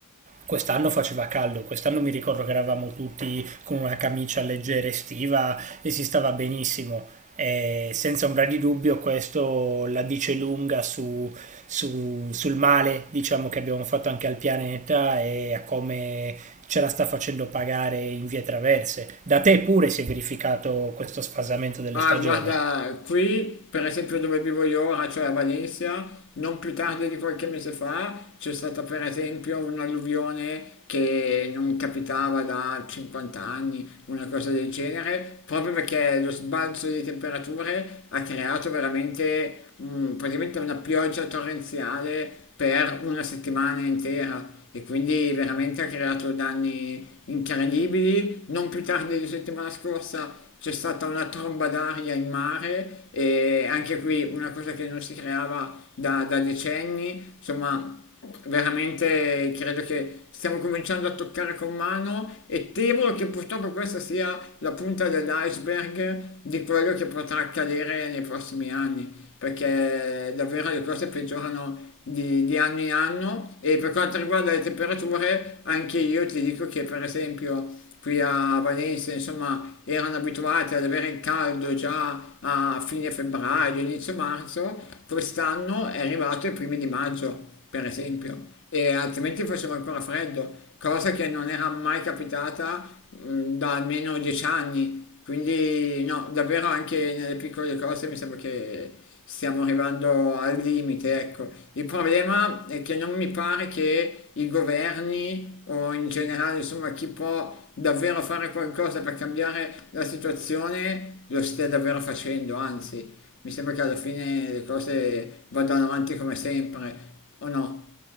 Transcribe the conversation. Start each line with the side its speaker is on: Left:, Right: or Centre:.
Right: Quest'anno faceva caldo, quest'anno mi ricordo che eravamo tutti con una camicia leggera estiva e si stava benissimo. E senza ombra di dubbio questo la dice lunga su, su- sul male diciamo, che abbiamo fatto anche al pianeta e a come ce la sta facendo pagare in vie traverse. Da te pure si è verificato questo sfasamento delle
Left: Ah,
Right: stagioni.
Left: guarda, qui, per esempio dove vivo io ora, cioè a Valencia, non più tardi di qualche mese fa, c'è stata per esempio un'alluvione che non capitava da 50 anni, una cosa del genere, proprio perché lo sbalzo di temperature ha creato veramente mm, praticamente una pioggia torrenziale per una settimana intera. E quindi veramente ha creato danni incredibili. Non più tardi di settimana scorsa c'è stata una tromba d'aria in mare e anche qui una cosa che non si creava da, da decenni, insomma veramente credo che stiamo cominciando a toccare con mano e temo che purtroppo questa sia la punta dell'iceberg di quello che potrà accadere nei prossimi anni, perché davvero le cose peggiorano di, di anno in anno e per quanto riguarda le temperature anche io ti dico che per esempio qui a Varese, insomma, erano abituati ad avere il caldo già a fine febbraio, inizio marzo, quest'anno è arrivato ai primi di maggio, per esempio, e altrimenti faceva ancora freddo, cosa che non era mai capitata mh, da almeno dieci anni, quindi no, davvero anche nelle piccole cose mi sembra che stiamo arrivando al limite, ecco. Il problema è che non mi pare che i governi o in generale, insomma, chi può davvero fare qualcosa per cambiare la situazione lo stia davvero facendo, anzi, mi sembra che alla fine le cose vadano avanti come sempre, o no?